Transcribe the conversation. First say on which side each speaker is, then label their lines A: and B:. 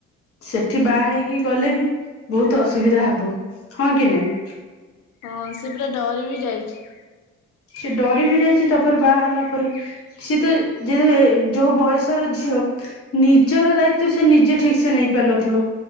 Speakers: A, on the left (about 50°); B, on the left (about 85°).
A: ସେଠି
B: ହୁଁ
A: ବାହା ହେଇକି ଗଲେ ବି ବହୁତ ଅସୁବିଧା ହବ ହଁ କି ନାଇଁ?
B: ହଁ ସେ ପୁରା ଡରି ବି ଯାଇଚି।
A: ସେ ଡରି ବି ଯାଇଚି ତା ପରେ ବାହା ହେଲା ପରେ ସେ ତ ଯେ ଯୋଉ ବୟସର ଝିଅ ନିଜର ଦାୟିତ୍ବ ସେ ନିଜେ ଠିକ ସେ ନେଇ ପାରୁନଥିବ